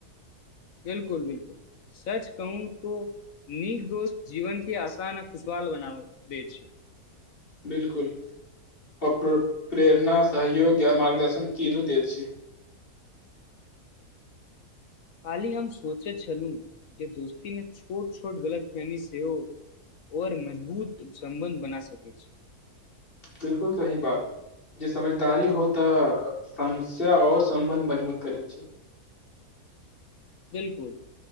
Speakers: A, on the left; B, on the left.
A: बिलकुल बिलकुल सच कहूं तो नीक दोस्त जीवन के आसान आ खुशहाल बनाव दै छै
B: बिलकुल पप प्रेरणा सहयोग या मार्गदर्शन तीनू दैत छै
A: <inaudible> काल्हि हम सोचैत छलहुँ जे दोस्तीमे छोट छोट गलत फहमी सेहो और मजबूत सम्बन्ध बना सकै छै
B: बिलकुल सही बात जे समझदारी हो तऽ समस्या और सम्बन्ध मजबूत करैत छै
A: बिलकुल